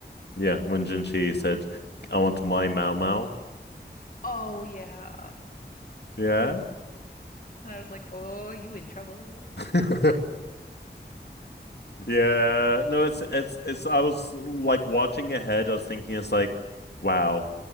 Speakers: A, on the left (about 65°); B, on the left (about 50°).
A: Yeah, when Jinshi said, "I want my Mao Mao."
B: Oh, yeah.
A: Yeah.
B: And I was like, oh, you in trouble.
A: <laughs> yeah. No, it's it's it's. I was like watching ahead. I was thinking, it's like, wow,